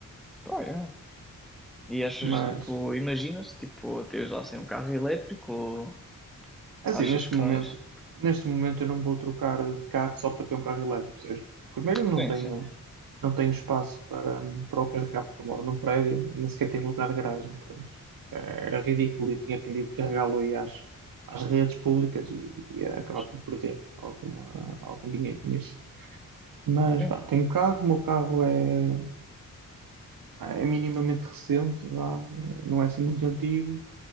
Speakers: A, in the centre; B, on the right (about 80°).
A: Pá, é. E achas,
B: Mas
A: tipo, imaginas, tipo, teres lá sem um carro elétrico ou
B: É
A: achas
B: Assim, neste
A: que
B: momento,
A: vais.
B: neste momento eu não vou trocar de carro só para ter um carro elétrico, percebes? Porque primeiro eu
A: Sim,
B: não tenho,
A: sim.
B: não tenho espaço para, para o carregar, porque eu moro num prédio e nem sequer tenho lugar de garagem, portanto, eh, era ridículo e tinha que carregá-lo aí às, às redes públicas e ia acabar
A: Pois.
B: por perder alguma, algum dinheiro nisso. Mas
A: Sim.
B: pá, tenho carro, o meu carro é, é minimamente recente, vá, não é assim muito antigo,